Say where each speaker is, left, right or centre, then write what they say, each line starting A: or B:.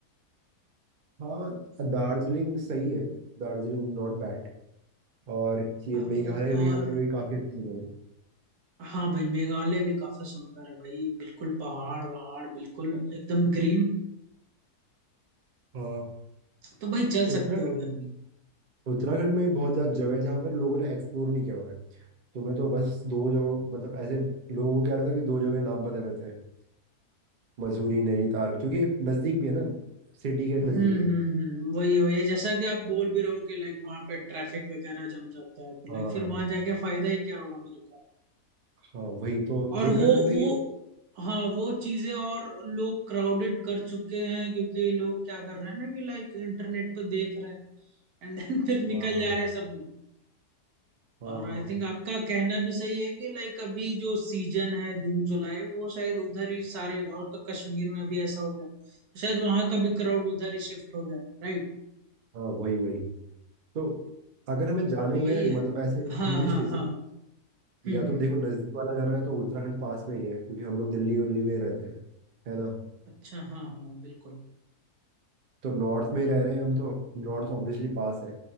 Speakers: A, on the right; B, on the right.
A: हाँ दार्जिलिंग सही है Darjeeling not bad और ये
B: हाँ
A: मेघालय
B: भाई
A: वेघालय
B: और
A: में भी काफी अच्छी जगह है
B: हाँ भाई मेघालय भी काफी सुंदर है भाई बिल्कुल पहाड़ वहाड़ बिल्कुल एकदम ग्रीन
A: हाँ
B: तो भाई चल सकते
A: उत्तराखंड
B: हो उधर भी
A: उत्तराखंड में भी बहुत ज्यादा जगह है जहाँ पर लोगों ने एक्सप्लोर नहीं किया हुआ है तुम्हें तो बस दो जगह मतलब ऐसे लोगों को क्या रहता है कि दो जगह नाम पता रहते हैं मसूरी नैनीताल क्योंकि नजदीक भी है ना सिटी के
B: हम्म
A: नजदीक
B: हम्म
A: है
B: हम्म, वही वही जैसा कि आप बोल भी रहे हो कि लाइक वहां पे ट्रैफिक वगैरह जम जाता है तो
A: हाँ
B: लाइक फिर वहां जाके फायदा ही क्या होगा मेरे को
A: हाँ वही तो
B: और
A: ये
B: वो
A: कर सकते हैं
B: वो
A: कि
B: हाँ वो चीजें और लोग क्राउडेड कर चुके हैं क्योंकि लोग क्या कर रहे हैं ना कि लाइक इंटरनेट पर देख रहे हैं एंड देन <laughs> फिर
A: हाँ
B: निकल
A: हाँ
B: जा रहे हैं सब लोग
A: हाँ
B: और
A: हाँ
B: आई थिंक आपका कहना भी सही है कि लाइक अभी जो सीजन है जून जुलाई वो शायद उधर ही सारे और तो कश्मीर में भी ऐसा हो गया तो शायद वहां का भी क्राउड उधर ही शिफ्ट हो जाए राइट
A: हाँ वही वही तो अगर हमें जाना
B: तो
A: ही
B: वही
A: है
B: है
A: मतलब ऐसे
B: हाँ
A: हिल
B: हाँ
A: स्टेशन
B: हाँ हम्म
A: या तो
B: हम्म
A: देखो नज़दीक वाला जाना है तो उत्तराखंड पास में ही है क्योंकि हम लोग दिल्ली वल्ली में रहते हैं है ना
B: अच्छा हाँ हाँ बिल्कुल
A: तो नॉर्थ में ही रह रहे हैं हम तो नॉर्थ ऑब्वियसली पास है